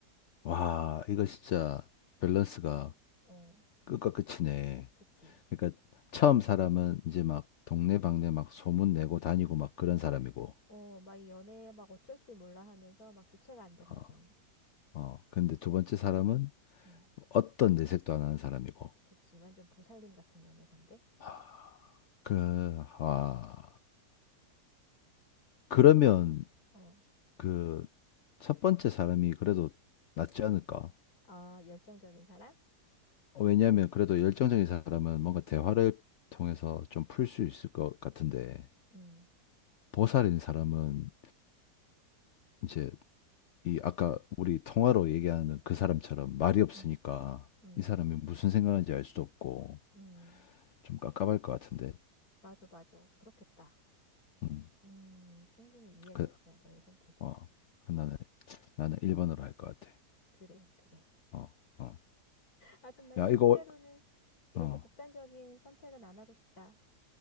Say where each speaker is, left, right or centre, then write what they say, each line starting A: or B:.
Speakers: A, on the left (about 80°); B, on the left (about 60°).
A: 와, 이거 진짜 밸런스가
B: 어,
A: 끝과 끝이네.
B: 그치.
A: 그러니까 처음 사람은 이제 막 동네방네 막 소문 내고 다니고 막 그런 사람이고,
B: 어, 막 이 연애에 막 어쩔 줄 몰라 하면서 막 주체가 안 돼, 감정이.
A: 어, 어, 근데 두 번째 사람은
B: 응.
A: 어떤 내색도 안 하는 사람이고,
B: 그치. 완전 보살님 같은 연애 상대?
A: 아, 그, 아, 그러면
B: 어.
A: 그 첫 번째 사람이 그래도 낫지 않을까?
B: 아, 열정적인 사람?
A: 왜냐하면 그래도 열정적인 사람은 뭔가 대화를 통해서 좀 풀 수 있을 것 같은데,
B: 음,
A: 보살인 사람은 이제 이 아까 우리 통화로 얘기하는 그 사람처럼 말이 없으니까
B: 음, 음,
A: 이 사람이 무슨 생각하는지 알 수도 없고
B: 음.
A: 좀 깝깝할 것 같은데.
B: 맞아, 맞아. 그렇겠다.
A: 음.
B: 음, 충분히 이해됐어.
A: 그,
B: 너의 선택이.
A: 어. 그 나는 나는 1번으로 할 것 같아.
B: 그래, 그래.
A: 어. 어.
B: 하지만
A: 야,
B: 실제로는
A: 이거
B: 이렇게
A: 어.
B: 극단적인 선택은 안 하고 싶다.